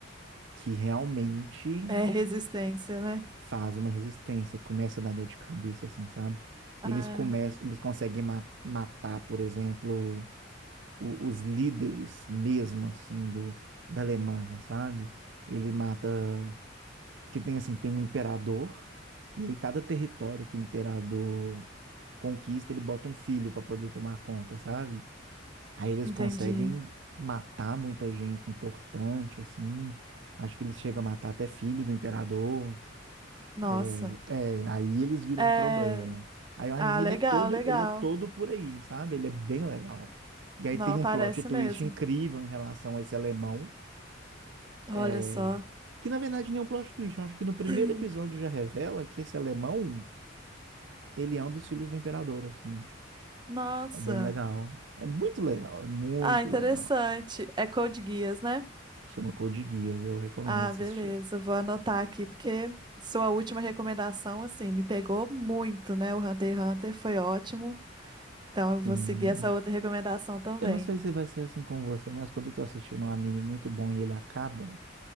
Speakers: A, on the right; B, on the right.
A: que realmente
B: é resistência, né?
A: faz uma resistência, começa a dar dor de cabeça, assim, sabe?
B: Ah,
A: Eles começam, eles conseguem ma- matar, por exemplo, o- os líderes mesmo, assim, do, da Alemanha, sabe? Ele mata. que tem assim, tem um imperador, e aí cada território que o imperador conquista, ele bota um filho para poder tomar conta, sabe? Aí eles
B: entendi.
A: conseguem matar muita gente importante, assim. Acho que eles chegam a matar até filho do imperador.
B: Nossa.
A: É, é, aí eles viram
B: É.
A: um problema. Aí o anime
B: Ah, legal,
A: ele é todo,
B: legal.
A: ele é todo por aí, sabe? Ele é bem legal. E aí
B: Não,
A: tem um
B: parece
A: plot twist
B: mesmo.
A: incrível em relação a esse alemão é,
B: Olha só.
A: Que na verdade nem é um plot twist. Eu acho que no primeiro
B: <clears throat>
A: episódio já revela que esse alemão, ele é um dos filhos do imperador, assim.
B: Nossa.
A: É bem legal. É muito legal, é muito
B: Ah, interessante.
A: legal.
B: É Code Geass, né?
A: Chama Code Geass, eu recomendo
B: Ah,
A: assistir.
B: beleza. Vou anotar aqui, porque sua última recomendação, assim, me pegou muito, né? O Hunter x Hunter foi ótimo. Então,
A: Sim.
B: eu vou seguir essa outra recomendação também.
A: Eu não sei se vai ser assim com você, mas quando eu tô assistindo um anime muito bom e ele acaba,